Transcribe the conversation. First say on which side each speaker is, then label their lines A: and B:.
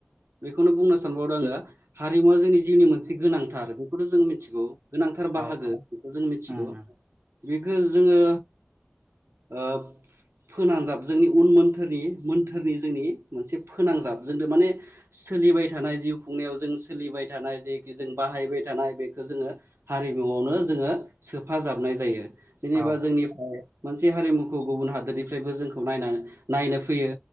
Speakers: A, on the right (about 85°); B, on the right (about 40°).
A: बेखौनो बुंनो सानबावदों आङो हारिमुवा जोंनि जिउनि मोनसे गोनांथार। बेखौथ' जों मिथिगौ गोनांथार
B: औ
A: बाहागो
B: औ औ
A: बेखौ जों मिथिगौ।
B: उम
A: बेखौ जोङो ओ फोनानजाब जोंनि उन मोन्थोरनि मोन्थोरनि जोंनि मोनसे फोनांजाब जोंथ' माने सोलिबाय थानाय जिउ खुंनायाव जों सोलिबाय थानाय जेखि जों बा बाहायबाय थानाय बेखौ जोङो हारिमुआवनो जोङो सोफाजाबनाय जायो। जेनेबा
B: औ
A: जोंनिफ्राय मोनसे हारिमुखौ गुबुन हादोरनिफ्रायबो जोंखौ नायनानै नायनो फैयो